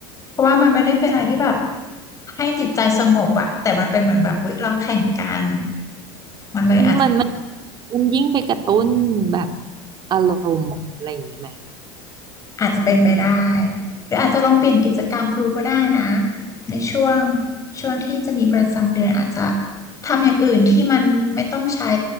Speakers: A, on the left; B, on the right.
A: เพราะว่ามันไม่ได้เป็นอะไรที่แบบให้จิตใจสงบอะแต่มันเป็นเหมือนแบบวิเราแข่งกันมันเลยอาจจะ
B: มันมันมันยิ่งไปกระตุ้นแบบอารมณ์อะไรอย่างนี้ไหม
A: อาจจะเป็นไปได้หรืออาจจะลองเปลี่ยนกิจกรรมดูก็ได้นะในช่วงช่วงที่จะมีประจำเดือนอาจจะทำอย่างอื่นที่มันไม่ต้องใช้